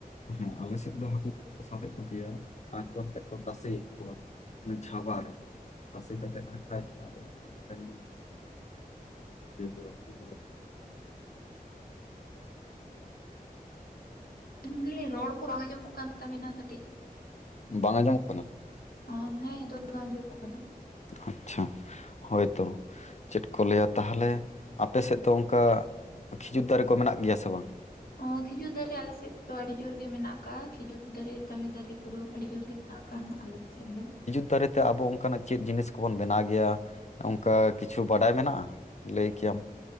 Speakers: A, on the left; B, on the left.
A: ᱦᱮᱸ ᱟᱞᱮ ᱥᱮᱫ ᱫᱚ ᱦᱟᱹᱠᱩ ᱠᱚ ᱫᱚ ᱠᱚ ᱥᱟᱵ ᱮᱫ ᱠᱚ ᱜᱮᱭᱟ᱾ ᱟᱨ ᱠᱚ ᱥᱮᱫ ᱠᱚ ᱛᱟᱥᱮᱭᱮᱫ ᱠᱚᱣᱟ ᱚᱱᱟ ᱪᱷᱟᱵᱟ ᱨᱮ᱾ ᱛᱟᱥᱮ ᱠᱟᱛᱮᱫ ᱦᱟᱸᱜ ᱠᱷᱟᱡ ᱟᱫᱚ ᱚᱱᱟ ᱞᱮᱠᱟ <unintelligible>
B: ᱢᱮᱱ ᱫᱟᱞᱤᱧ ᱨᱚᱲ ᱠᱚ ᱵᱟᱝ ᱟᱡᱚᱢᱚᱜ ᱠᱟᱱ ᱛᱟᱵᱤᱱᱟ ᱠᱟᱹᱴᱤᱡ᱾
A: ᱵᱟᱝ ᱟᱸᱡᱚ ᱢᱚᱜ ᱠᱟᱱᱟ?
B: ᱚ ᱦᱮᱸ ᱱᱤᱛᱚᱜ ᱫᱚ ᱟᱸᱡᱚᱢᱚᱜ ᱠᱟᱱᱟ
A: ᱟᱪᱪᱷᱟ᱾ ᱦᱳᱭᱵᱛᱚ ᱪᱮᱫ ᱠᱚ ᱠᱚ ᱞᱟᱹᱭ-ᱟ ᱛᱟᱦᱞᱮ ᱟᱯᱮ ᱥᱮᱫ ᱚᱱᱠᱟ ᱠᱷᱤᱡᱩᱨ ᱫᱟᱨᱮ ᱠᱚ ᱢᱮᱱᱟᱜ ᱜᱮᱭᱟ ᱥᱮ ᱵᱟᱝ?
B: ᱚ ᱠᱷᱤᱡᱩᱨ ᱫᱟᱨᱮ ᱟᱞᱮ ᱥᱮᱫ ᱫᱚ ᱟᱹᱰᱤ ᱡᱳᱨ ᱜᱮ ᱢᱮᱱᱟᱜ ᱠᱟᱜᱼᱟ᱾ ᱠᱷᱤᱡᱩᱨ ᱫᱟᱨᱮ, ᱛᱟᱞᱮ ᱫᱟᱨᱮ ᱠᱚᱫᱚ ᱟᱹᱰᱤ ᱡᱳᱨ ᱜᱮ ᱢᱮᱱᱟᱜᱼᱟ᱾ ᱵᱟᱜ ᱠᱟ-ᱟ ᱟᱞᱮ ᱥᱮᱫ ᱫᱚ᱾
A: ᱫᱟᱨᱮ ᱛᱮ ᱟᱵᱚ ᱚᱱᱠᱟ ᱟᱜ ᱪᱮᱫ ᱠᱚ ᱵᱚᱱ ᱵᱮᱱᱟᱣ ᱜᱮᱭᱟ ᱚᱱᱠᱟ ᱠᱤᱪᱷᱩ ᱵᱟᱰᱟᱭ ᱢᱮᱱᱟᱜᱼᱟ? ᱞᱟᱹᱭ ᱠᱮᱭᱟᱢ᱾